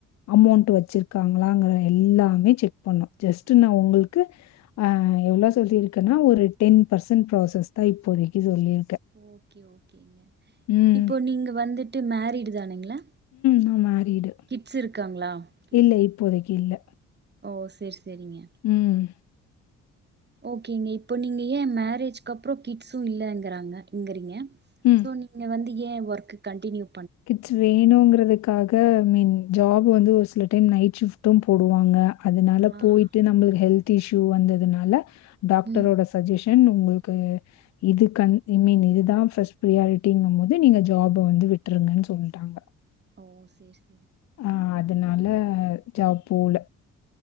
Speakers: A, on the left; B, on the right.
A: அமௌண்ட் வச்சிருக்காங்களாங்கற எல்லாமே செக் பண்ணு ஜெஸ்ட் நா உங்ளுக்கு ஆஹ் எவ்ளோ சொல்லிருக்கனா ஒரு டென் பர்சன்ட் ப்ராசஸ் தா இப்போதைக்கு சொல்லியி
B: ஓகே ஓகேங்க
A: ம்.
B: இப்போ நீங்க வந்துட்டு மேரிடு தானுங்களா
A: நா மேரிடு
B: ச்சு இருக்காங்களா கிட்ஸ்
A: இல்ல இப்போதைக்கு இல்ல
B: ஓ சேரி சேரிங்க
A: ம்.
B: ஓகேங்க இப்போ நீங்க ஏன் மேரேஜ் அப்றோ கிட்சு இல்லங்கறாங்க இங்கிறீங்க
A: ம்.
B: சோ நீங்க வந்து ஏ ஒர்க் கண்டினியூ
A: கிட்ஸ் வேணுங்கிறதுக்காக மீன் ஜாப் வந்து ஒரு சில டைம் நைட் ஷிப்டும் போடுவாங்க அதனால
B: ஆஹா.
A: போயிட்டு நம்ளு ஹெல்த் த்து இஷூ வந்ததுனால டாக்டரோட
B: ம்.
A: சஜெஷ் <unintelligible> உங்களுக்கு இது கன் ஐ மீன் இதுதா பஸ்ட் பிரியாரிட்டிங்கும் போது நீங்க ஜாப் வந்து விட் றுங்கன்னு சொல்டாங்க
B: ஓ சேரிஸ்
A: ஆஹ் அதனால ஜாப் போல